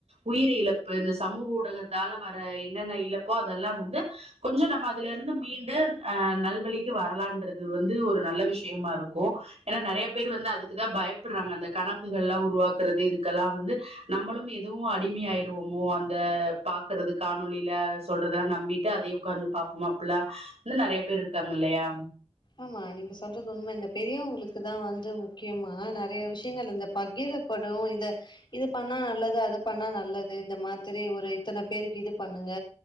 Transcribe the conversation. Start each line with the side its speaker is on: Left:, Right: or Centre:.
Right: உயிர் இழப்பு இந்த சமூக ஊடகத்தால வர என்னென்ன இழப்போ அதெல்லா வந்து கொஞ்ச நம்ம அதுல இருந்து மீண்ட அ நல்வழிக்கு வரலான்ரது வந்து ஒரு நல்ல விஷ்யமாருக் கோ ஏன்னா நெறைய பேர் வந்து அதுக்குதா பயப்பர்றாங்க அந்த கணக்குகள்ல்லா உருவாக்கறது இதுக்கல்லா வந்து நம்மளு இதுவு அடிமையாயிருவோமோ அந்த பாக்குறதுக்கா னொலில சொல்றதெல்லா நம்பிட்டு அதே உக்காந்து பாப்போமா அப்பல்லா இன்னு நெறைய பேர் இருக்காங்க இல்லையா
Left: ஆமா நீங்க சொல்றது உண்ம இந்த பெரியவங்களுக்கு தா வந்து முக்கியமா நெறைய விஷ்யங்கள் இந்த பகிர படு இத இது பண்ணா நல்லது அது பண்ணா நல்லது இந்த மாதிரி ஒரு இத்தன பேருக்கு இது பண்ணுங்க